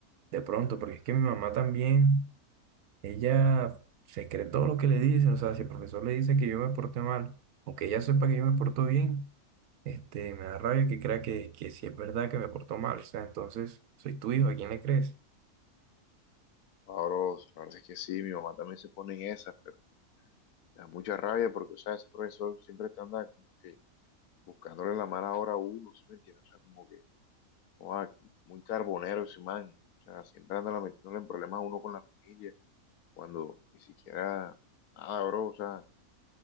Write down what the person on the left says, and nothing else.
Ahora, la verdad es que sí, mi mamá también se pone en esas, pero me da mucha rabia porque, o sea, ese profesor siempre está andando como que buscándole la mala hora a uno, ¿sí me entiendes? O sea, como que, oa, muy carbonero ese man. O sea, siempre anda la- metiéndole en problemas a uno con la familia, cuando ni siquiera, nada, bro, o sea,